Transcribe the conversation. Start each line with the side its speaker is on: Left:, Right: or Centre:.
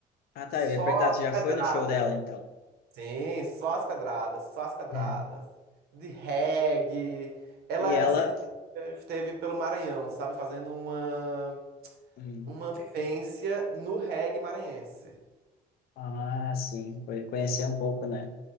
Left: ah tá,
Right: Só
Left: eu ia perguntar, tu
Right: as
Left: já
Right: pedradas.
Left: foi no show dela então? <laughs>
Right: Sim, só as pedradas, só as pedradas.
Left: Uhum.
Right: De reggae. Ela
Left: E ela.
Right: recentemente esteve pelo Maranhão, sabe? Fazendo uma,
Left: hum,
Right: uma vivência no reggae maranhense.
Left: Ah, sim, foi conhecer
Right: E,
Left: um pouco, né?